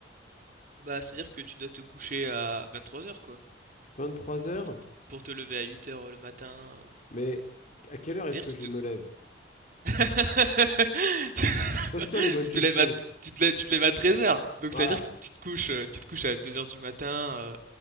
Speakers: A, on the right; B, on the left.
A: Bah, c'est-à-dire que tu dois te coucher à 23 heures quoi
B: Vingt-trois heures.
A: pour pour te lever à 8 heures le matin. euh.
B: Mais à quelle heure
A: C'est-à-dire
B: est-ce que
A: que
B: je
A: tu
B: me
A: te
B: lève?
A: <laughs> <laughs>
B: Pose-toi les bonnes
A: Tu
B: questions.
A: te lèves à, tu te lèves, tu te lèves à treize heures Donc
B: Voilà.
A: ça veut dire que tu te couches, euh, tu te couches à deux heures du matin, euh,